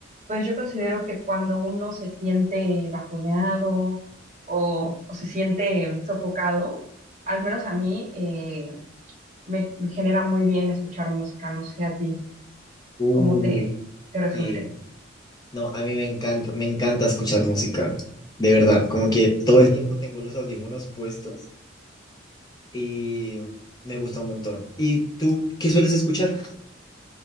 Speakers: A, on the right (about 35°); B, on the left (about 20°).
A: pues yo considero que cuando uno se siente bajoneado o, o se siente mm, sofocado, al menos a mí eh, me, me genera muy bien escuchar música, no sé a ti,
B: Uy,
A: cómo te, te resulte.
B: sí. No, a mí me encanta, me encanta escuchar música. De verdad, como que todo el tiempo tengo los audífonos puestos y me gusta un montón. ¿Y tú qué sueles escuchar?